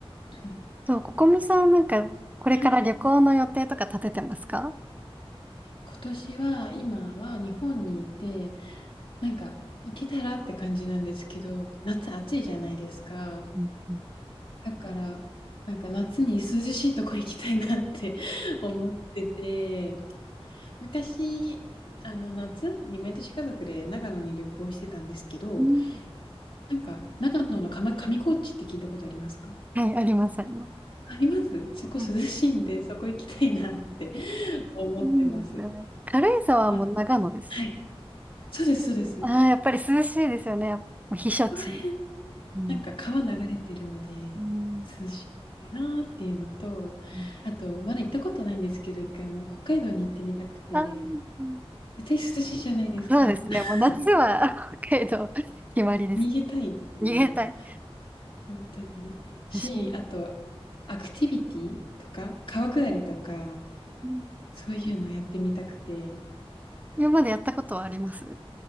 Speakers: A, on the left; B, on the right.
A: は
B: そう、ここみさんなんか、これから旅行の予定とか立ててますか
A: いはい今年は、今は日本にいて、なんか行けたらって感じなんですけど、夏暑いじゃないですか。
B: うんうん
A: だから、なんか夏に涼しいとこ行きたいなって <laughs> 思ってて、昔、あの夏に毎年家族で長野に旅行してたんですけど、
B: うん
A: なんか長野の上、上高地って聞いたことありますか
B: はい、あります、あります。
A: ありますそこ涼しいんで、
B: はい
A: そこ行きたいなって <laughs> 思ってます。
B: <laughs> いいですよね。軽井沢はもう長野です。
A: あ、はい。そうです、そうです。
B: ああ、やっぱり涼しいですよね。もう避暑地。
A: そこら
B: うん
A: なんか川流れてるので
B: うん
A: 涼しいなーっていうのと、
B: うん
A: あと、まだ行ったことないんですけど、一回も北海道に行ってみたくて、
B: あーうん
A: 絶対涼しいじゃないですか。
B: そうですね。
A: <laughs>
B: もう夏は <laughs> 北海道決まりです。
A: 逃げたいっていう、
B: 逃げたい。
A: 本当に。し、
B: 私も
A: あと、アクティビティとか、川下りとか、
B: うん
A: そういうのやってみたくて、
B: 今までやったことはあります